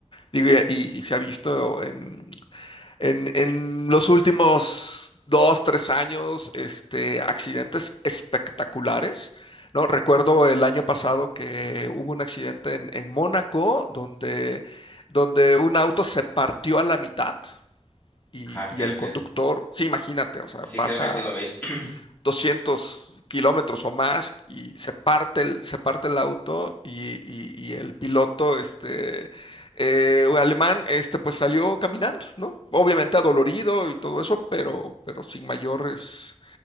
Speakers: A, on the left; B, on the left.
A: digo, y, y- y se ha visto en, En, en los últimos dos, tres años, este, accidentes espectaculares, ¿no? Recuerdo el año pasado que hubo un accidente en, en Mónaco donde, donde un auto se partió a la mitad y,
B: Ajá,
A: y
B: creo
A: el
B: que,
A: conductor, sí, imagínate, o sea,
B: sí,
A: vas
B: creo que
A: a,
B: sí lo vi. <clears throat>
A: 200 kilómetros o más y se parte el, se parte el auto y, y- y el piloto este, eh, alemán este, pues salió caminando, ¿no? Obviamente adolorido y todo eso, pero, pero sin mayores,